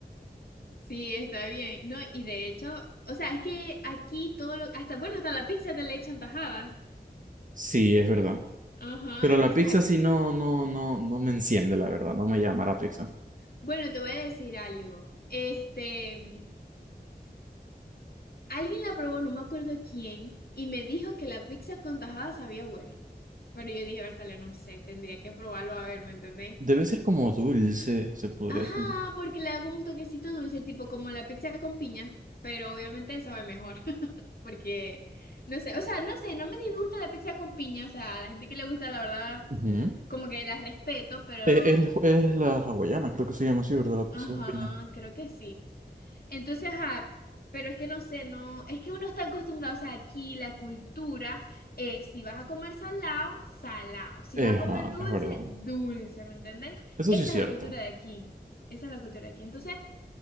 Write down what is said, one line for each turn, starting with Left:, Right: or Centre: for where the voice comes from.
Left: Sí, está bien. No, y de hecho, o sea, es que aquí todo lo, hasta, bueno, hasta la pizza te la echan tajada.
Right: Sí, es verdad.
Left: Ajá,
Right: Pero
Left: entonces,
Right: la pizza
Left: ay,
Right: sí no, no, no, no me enciende, la verdad, no me llama la pizza.
Left: bueno, te voy a decir algo. Este, mm, alguien la probó, no me acuerdo quién, y me dijo que la pizza con tajada sabía bueno. Pero yo dije, Bertale, no sé, tendría que probarlo a ver, ¿me entendéis?
Right: Debe ser como dulce, se podría
Left: Ajá,
Right: decir.
Left: porque le da como un toquecito dulce, tipo como la pizza con piña, pero obviamente sabe mejor, <laughs> porque no sé, o sea, no sé, no me disgusta la pizza con piña, o sea, a la gente que le gusta, la verdad,
Right: Ujú.
Left: como que la respeto, pero,
Right: Eh, el- Es, la hawaiana, creo que se llama así, ¿verdad? La pizza
Left: ajá,
Right: con piña.
Left: creo que sí. Entonces, ajá, pero es que no sé, no, es que uno está acostumbrado, o sea, aquí la cultura es, si vas a comer salado, salado, si
Right: Eh,
Left: vas a comer
Right: ah,
Left: dulce,
Right: es verdad.
Left: dulce, ¿me entendéis?
Right: Eso
Left: Esa
Right: sí es cierto.
Left: es la cultura de aquí, esa es la cultura de aquí. Entonces,